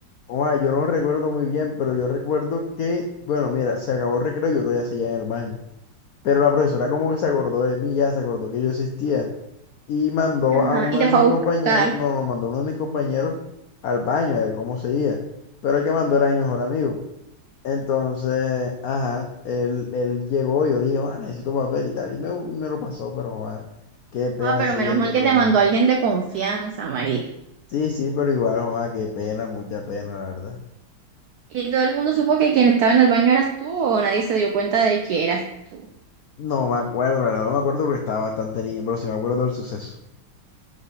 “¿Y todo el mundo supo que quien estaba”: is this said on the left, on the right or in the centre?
Right